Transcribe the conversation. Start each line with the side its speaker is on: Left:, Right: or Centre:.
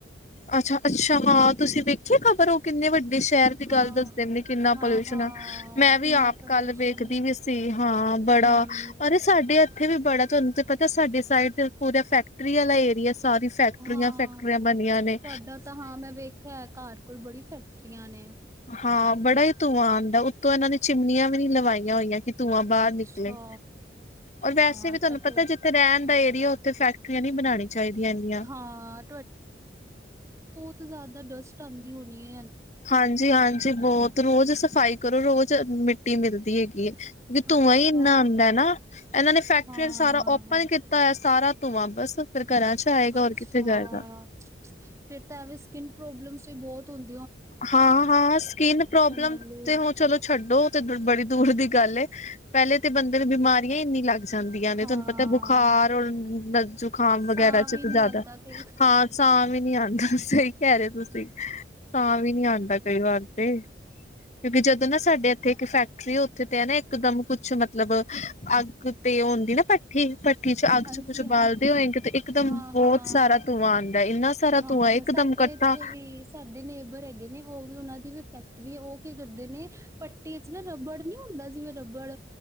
Left: ਅੱਛਾ ਅੱਛਾ ਹਾਂ ਤੁਸੀਂ ਵੇਖੀ ਖ਼ਬਰ ਉਹ ਕਿੰਨੇ ਵੱਡੇ ਸ਼ਹਿਰ ਦੀ
Right: ਹਾਂ
Left: ਗੱਲ ਦੱਸਦੇ ਕਿੰਨਾ
Right: ਹਾਂ
Left: ਪੋਲਿਊਸ਼ਨ
Right: ਹਾਂ
Left: ਆ, ਮੈਂ ਵੀ
Right: ਇੰਨਾ
Left: ਆਪ
Right: ਪੋਲਿਊਸ਼ਨ
Left: ਕੱਲ ਵੇਖਦੀ ਵੀ ਸੀ ਹਾਂ ਬੜਾ
Right: ਹਮ
Left: ਅਰੇ ਸਾਡੇ ਇ ਉੱਥੇ ਵੀ ਬੜਾ ਤੁਹਾਨੂੰ ਤੇ ਪਤਾ ਸਾਡੇ ਸਾਈਡ ਤੇ ਪੂਰਾ ਫੈਕਟਰੀ ਵਾਲਾ ਏਰੀਆ ਸਾਰੀ ਫੈਕਟਰੀਆਂ
Right: ਹਾਂ
Left: ਫੈਕਟਰੀਆਂ ਬਣੀਆਂ
Right: ਤੁਹਾਡਾ
Left: ਨੇ
Right: ਤਾਂ ਹਾਂ ਮੈਂ ਵੇਖਿਆ ਘਰ ਕੋਲ ਬੜੀ ਫੈਕ ਟਰੀਆ ਨੇ।
Left: ਹਾਂ ਬੜਾ ਹੀ ਧੂੰਆਂ ਆਦਾ ਉੱਤੋਂ ਇਹਨਾਂ ਨੇ ਚਿਮਨੀਆਂ ਵੀ ਨੀ ਲਵਾਈਆਂ ਹੋਈਆਂ ਧੂੰਆਂ ਬਾਹਰ
Right: ਅੱਛਾ
Left: ਨਿਕਲੇ। ਔਰ ਵੈਸੇ
Right: ਹਾਂ
Left: ਵੀ ਤੁਹਾਨੂੰ
Right: ਤਾਂ
Left: ਪਤਾ
Right: ਫਿਰ
Left: ਜਿੱਥੇ ਰਹਿਣ ਦਾ ਏਰੀਆ ਉੱਥੇ ਫੈਕਟਰੀਆਂ ਨੀ ਬਣਾਣੀਆਂ ਚਾਹੀਦੀਆਂ ਇਨੀਆਂ।
Right: ਹਾਂ ਤੋ ਜ਼ਿਆਦਾ ਡਸਟ ਆਂਦੀ ਹੋਣੀ ਏ।
Left: ਹਾਂਜੀ-ਹਾਂਜੀ ਬਹੁਤ ਰੋਜ਼ ਸਫ਼ਾਈ ਕਰੋ ਰੋਜ਼ ਮਿੱਟੀ ਮਿਲਦੀ ਹੈਗੀ ਏ। ਵੀ ਧੂੰਆਂ
Right: ਅੱਛਾ।
Left: ਹੀ ਇੰਨਾ ਆਦਾ ਨਾ ਇਹਨਾਂ ਨੇ ਫੈਕਟਰੀਆਂ
Right: ਹਾਂ
Left: ਨੇ ਸਾਰਾ ਓਪਨ ਕੀਤਾ ਹੈ ਸਾਰਾ। ਧੂੰਆ ਬਸ ਫਿਰ ਘਰਾਂ ਚ ਆਏਗਾ
Right: ਅੱਛਾ।
Left: ਔਰ ਕਿੱਥੇ ਜਾਏਗਾ।
Right: ਫਿਰ ਤਾਂ ਐਵੇਂ ਸਕਿਨ ਪ੍ਰੋਬਲਮਸ ਵੀ ਬਹੁਤ ਹੁੰਦ
Left: ਹਾਂ-ਹਾਂ ਸਕਿਨ ਪ੍ਰੋਬਲਮ
Right: ਵਾਲੇ
Left: ਤੇ ਹੁਣ ਚਲੋ ਛੱਡੋ ਤੇ ਬੜੀ ਦੂਰ ਦੀ ਗੱਲ ਏ, ਪਹਿਲੇ ਤੇ ਬੰਦੇ ਨੂੰ ਬਿਮਾਰੀਆਂ ਇੰਨੀ ਲੱਗ ਜਾਂਦੀਆਂ ਨੇ
Right: ਹਾਂ
Left: ਤੁਹਾਨੂੰ ਪਤਾ ਬੁਖਾਰ ਔਰ ਜ਼ੁਕਾਮ
Right: ਸਾਹ
Left: ਵਗੈਰਾ 'ਚ
Right: ਵੀ ਨੀ
Left: ਜ਼ਿਆਦਾ
Right: ਆਉਂਦਾ ਕਈ
Left: ਹਾਂ ਸਾਹ ਵੀ ਨੀ ਆਉਂਦਾ ਸਹੀ ਕਹਿ ਰਹੇ ਤੁਸੀਂ। ਸਾਹ ਵੀ ਨੀ ਆਂਦਾ ਕਈ ਵਾਰ ਤੇ। ਕਿਉਂਕਿ ਜਦੋਂ ਨਾ ਸਾਡ ਇਥੇ ਇੱਕ ਫੈ ਪੱ ਉੱਥੇ ਤੇ ਹੈ ਨਾ ਇਕਦਮ ਕੁੱਛ ਮਤਲਬ ਅੱਗ ਤੇ ਹੁੰਦੀ ਨਾ ਭੱਠੀ ਠੀਚ ਅੱਗ
Right: ਹਾਂਜੀ
Left: ਚ ਕੁੱਝ
Right: ਹਾਂਜੀ
Left: ਬਾਲਦੇ ਹੋਏਗੇ ਤੇ ਇੱਕ ਦਮ
Right: ਹਾਂ
Left: ਬਹੁਤ
Right: ਹਾਂ।
Left: ਸਾਰਾ ਧੂੰਆਂ ਆਉਂਦਾ ਹੈ ਇੰਨਾ ਸਾਰਾ
Right: ਹਾਂ
Left: ਧੂੰਆਂ ਇਕ
Right: ਸਾਡੇ
Left: ਦਮ ਇਕੱਠਾ
Right: ਇੱਥੇ ਵੀ ਸਾਡੇ ਨੇਬਰ ਹੈਗੇ ਨੇ ਉਹ ਵੀ ਉਹਨਾਂ ਦੀ ਵੀੈਕ ਵੀ ਉਹ ਕੀ ਕਰਦੇ ਨੇ ਪ ਚ ਨਾ ਰੱਬੜ ਨੀ ਹੁੰਦਾ ਜਿਵੇਂ ਰੱਬੜ